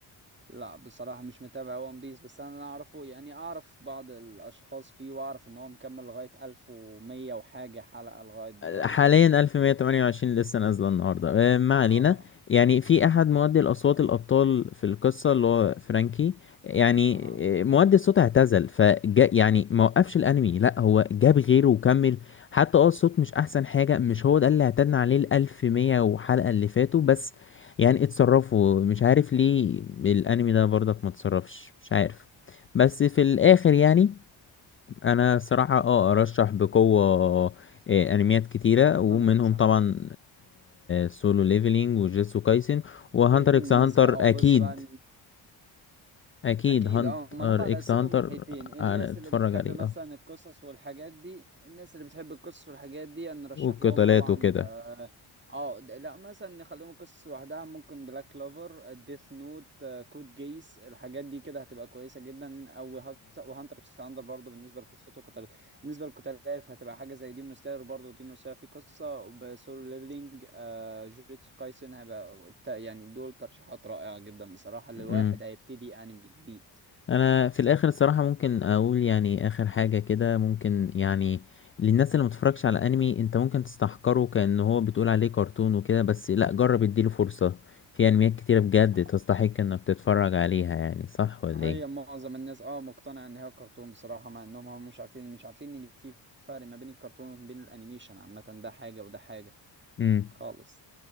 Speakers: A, on the right; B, on the left.
A: لا بصراحة مش متابع ون بيس بس أنا اللي أعرفه يعني أعرف بعض الأشخاص فيه وأعرف إن هو مكمل لغاية ألف ومية وحاجة حلقة لغاية دلوقتي
B: حاليا 1128 لسه نازلة النهاردة
A: آه
B: آه، ما علينا يعني في أحد مؤدي الأصوات الأبطال في القصة اللي هو فرانكي يعني
A: آه
B: آه، مؤدي الصوت اعتزل فجا يعني ما وقفش الأنمي لا هو جاب غيره وكمل حتى اه الصوت مش أحسن حاجة مش هو ده اللي اعتدنا عليه الألف مية وحلقة اللي فاتوا بس يعني اتصرفوا مش عارف ليه الأنمي ده برضك ما اتصرفش مش عارف بس في الآخر يعني انا صراحة اه ارشح بقوة آه، انميات كتيرة ومنهم
A: هانتر إكس هانتر
B: طبعا سولو ليفلينج وجيتسو كايسن
A: بالنسبة
B: وهانتر اكس هانتر
A: أه
B: اكيد
A: بص بقى
B: اكيد
A: اكيد
B: هانتر
A: اه ما هم هنقسمهم
B: اكس هانتر
A: ناحيتين الناس
B: انا اتفرج
A: اللي بتحب
B: عليه
A: مثلا
B: اه
A: القصص والحاجات دي الناس اللي بتحب القصص والحاجات دي نرشح
B: والقتالات
A: لهم طبعا
B: وكده
A: اه مم. آه، د- لا مثلا نخليهم القصص لوحدها ممكن بلاك كلوفر ديث نوت كود جيس الحاجات دي كده هتبقى كويسة جدا او وهانتر اكس هانتر برضه بالنسبة لقصته كانت بالنسبة للقتالات هتبقى حاجة زي ديمون سلاير وبرضه ديمون سلاير فيه قصة وبسولو ليفلينج آه جوجيتسو كايسن هيبقى الت- يعني دول ترشيحات رائعة جدا بصراحة لواحد
B: اه
A: هيبتدي أنمي جديد
B: انا في الاخر الصراحه ممكن اقول يعني اخر حاجه كده ممكن يعني للناس اللي متفرجش على انمي انت ممكن تستحقره كأن هو بتقول عليه كرتون وكده بس لا جرب اديله فرصه في انميات كتيره بجد
A: آه،
B: تستحق انك تتفرج عليها يعني صح ولا
A: هي
B: ايه
A: معظم الناس اه مقتنعة ان هي كرتون بصراحة مع انهم هم مش عارفين مش عارفين ان في فرق ما بين الكرتون وما بين الانيميشن عامة ده حاجة وده حاجة
B: امم
A: خالص